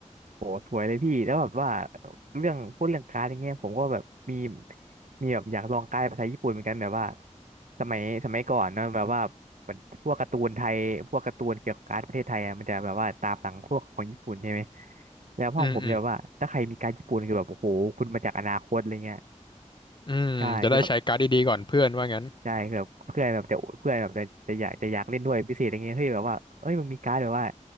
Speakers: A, on the right; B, on the left.
A: โหสวยเลยพี่แล้วแบบว่าเรื่องพูดเรื่องการ์ดอย่างเงี้ยผมก็แบบมีมีแบบอยากลองการ์ดภาษาญี่ปุ่นเหมือนกันแบบว่าสมัยสมัยก่อนเนอะแบบว่าพวกการ์ตูนไทยพวกการ์ตูนเกี่ยวกับการ์ดประเทศไทยอะมันจะแบบว่าตามหลังพวกของญี่ปุ่นใช่ไหม
B: ๆอืมอืม
A: แล้วห้องผมจะแบบว่าถ้าใครมีการ์ดญี่ปุ่นคือแบบโอ้โหคุณมาจากอนาคตอะไรเงี้ย
B: อืมจะได้ใช้การ์ดดีๆก่อนเพื่อนว่างั้น
A: ใช่คือแบบใช่คือแบบเพื่อนแบบจะเพื่อนแบบจะจะอยากจะอยากเล่นด้วยพิเศษอะไรเงี้ยเฮ้ยแบบว่าเอ้ยมึงมีการ์ดแบบว่า